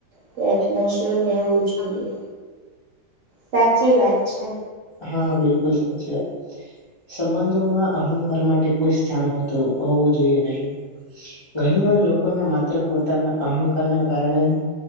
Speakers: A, on the right (about 60°); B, on the left (about 40°).
A: પ્રયત્નશીલ રહેવું જોઈએ. સાચી વાત છે.
B: હા બિલકુલ સાચી વાત સંબંધોમાં અહંકાર માટે કોઈ સ્થાનતું હોવું જોઈએ નહી ઘણી વાર લોકોના માત્ર પોતાના અહંકાર ના કારણે